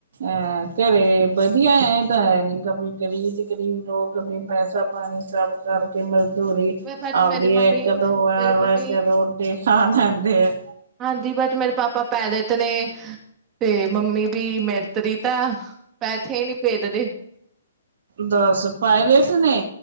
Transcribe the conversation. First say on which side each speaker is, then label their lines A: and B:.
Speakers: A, on the right; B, on the right.
A: ਐ--ਘਰੇ ਵਧੀਆ, ਐਂ ਤਾਂ ਹੈਨੀ ਕ ਗਰੀਬ ਤੋ ਗਰੀਬ ਲੋਕ ਵੀ ਪੈਸਾ, ਪਾਣੀ ਸਭ ਕਰ ਕਿ ਮਜ਼ਦੂਰੀ
B: ਬਟ
A: ਆਵਦੀ
B: ਮੇਰੀ ਮੰਮੀ
A: ਹੈ ਇੱਕ-ਦੋ ਵਾਰ
B: ਮੇਰੀ ਮੰਮੀ
A: ਰੋਟੀ ਖਾ ਲੈਂਦੇ ਆ।
B: ਹਾਂਦੀ, ਬਟ ਮੇਰੇ ਪਾਪਾ ਪੈਰਤ ਨੇ, ਤੇ ਮੰਮੀ ਵੀ ਮੇ ਤ ਰੀਤਾ ਪੈਥੇ ਹੀ ਨੀ ਭੇਦਦੇ।
A: ਦਸ! ਪਾਇਲਟ ਨੇ,